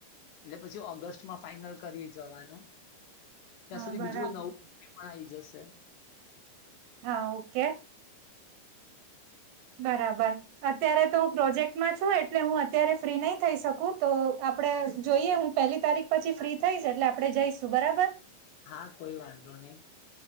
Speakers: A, on the left (about 70°); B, on the right (about 75°).
A: એટલે પછી ઓગસ્ટમાં ફાઈનલ કરી જવાનું. ત્યાં
B: હા
A: સુધી
B: બરાબર
A: બીજું નવું પણ આવી જશે.
B: હા ઓકે. બરાબર અત્યારે તો હું પ્રોજેક્ટમાં છું એટલે હું અત્યારે ફ્રી નહી થઈ શકું તો આપડે જોઈએ હું પેલી તારીખ પછી ફ્રી થઈશ એટલે આપડે જઈશું બરાબર?
A: હા કોઈ વાંધો નહી.